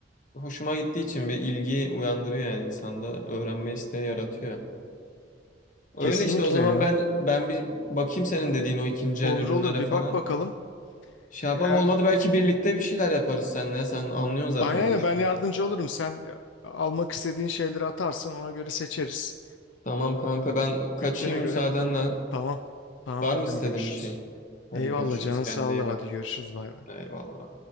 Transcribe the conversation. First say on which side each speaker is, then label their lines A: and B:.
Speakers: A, on the left; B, on the left.
A: hoşuma gittiği için bir ilgi uyandırıyor yani insanda öğrenme isteği yaratıyor. Öyle
B: Kesinlikle
A: işte o zaman
B: ya.
A: ben ben bir bakayım senin dediğin o ikinci
B: Olur
A: el ürünlere
B: olur bir
A: falan.
B: bak bakalım.
A: Şey yapalım
B: Eğer
A: olmadı belki birlikte bir şeyler yaparız seninle. Sen anlıyorsun zaten
B: aynen aynen
A: bu işleri.
B: ben yardımcı olurum. Sen almak istediğin şeyleri atarsın. Ona göre seçeriz.
A: Tamam kanka ben kaçayım
B: Bütçene göre.
A: müsaadenle.
B: Tamam. Tamam
A: Var
B: Erdem
A: mı istediğin
B: görüşürüz.
A: bir şey? Hadi
B: Eyvallah
A: görüşürüz
B: canın
A: kendine
B: sağlığı
A: iyi
B: hadi
A: bak.
B: görüşürüz bay bay.
A: Eyvallah.